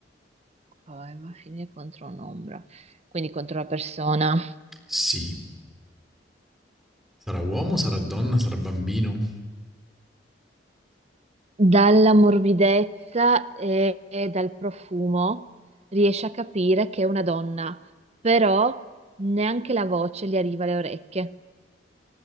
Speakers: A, on the right; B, in the centre.
A: Poi, ma finire contro un'ombra, quindi contro la persona.
B: sì, sarà uomo, sarà donna, sarà bambino,
A: dalla morbidezza e, e dal profumo riesce a capire che è una donna, però neanche la voce gli arriva alle orecchie.